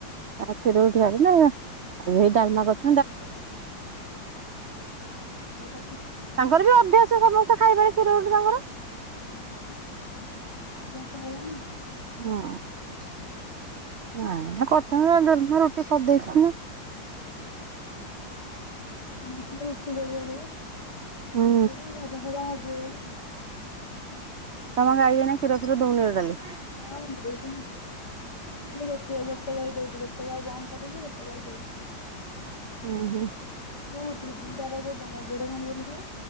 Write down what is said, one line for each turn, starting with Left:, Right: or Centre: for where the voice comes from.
Right: ଏଁ କ୍ଷୀର ରୁଟି ଖାଇଲେ। ଏ ହେଇ ଡାଲମା କରିଥି
Left: କ୍ଷୀର ତ ସଫିସେଣ୍ଟ, କ୍ଷୀର ସଫିସେଣ୍ଟ।
Right: ତାଙ୍କର ବି ଅଭ୍ୟାସ, ସମସ୍ତେ ଖାଇବାରେ କ୍ଷୀର ରୁଟି ତାଙ୍କର।
Left: ହୁଁ, ଅଭ୍ୟାସ ହେଇଗଲାଣି।
Right: ହଁ। <unintelligible>
Left: ହୁଁ। <unintelligible>
Right: ହୁଁ ତମ ଗାଇ ଏଇନା କ୍ଷୀର ଫୀର ଦଉନି ଟୋଟାଲି?
Left: ହଁ, ଦଉଛି ନା। ଖାଲି ଗୋ ଗୋଟ ଗାଈ ଦଉଛି, ଗୋଟେ ଗଈ ବନ୍ଦ କରିଦେଇଛି, ଗୋଟେ ଗାଈ ଦଉଛି।
Right: ହୁଁ ହୁଁ।
Left: <unintelligible> ଯୋଉ ଗୋଡ ଭାଙ୍ଗି ଯାଇନଥିଲା?